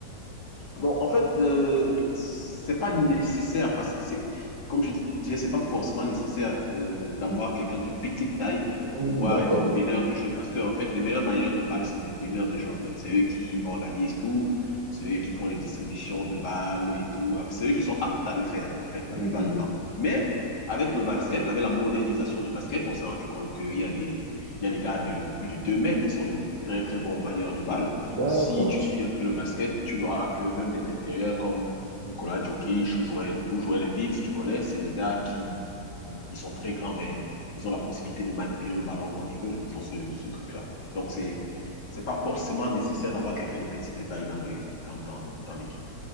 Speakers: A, on the left; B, on the right.
A: Donc, en fait, euh, c'est pas nécessaire parce que c'est, comme je disais, c'est pas forcément nécessaire euh, d'avoir
B: Hmm.
A: quelqu'un de petite taille
B: Hmm,
A: pour pouvoir
B: d'accord.
A: être meneur de jeu. Parce que, en fait, les meilleurs manières de balles, c'est les meneurs de jeu. En fait, c'est eux qui organisent tout, c'est eux qui font les distributions de balles et tout. Ah, C'est eux qui sont aptes à le faire, en fait, la
B: Oui.
A: plupart du temps. Mais, avec le basket, avec la modernisation du basket, on s'est rendu compte qu'il y a des, il y a des gars de plus de 2 mètres qui sont de très, très bons manières de balle.
B: D'accord.
A: Si tu suis un peu le basket, tu verras que même des intérieurs comme Nicolas Jokic ou Joel, ou Joel Embiid, tu connais, c'est des gars qui ils sont très grands, mais ils ont la possibilité de manipuler le ballon comme ils veulent. Ils ont ce, ce truc-là. Donc, c'est c'est pas forcément nécessaire d'avoir quelqu'un de petit de taille dans le Dans, dans, dans l'équipe.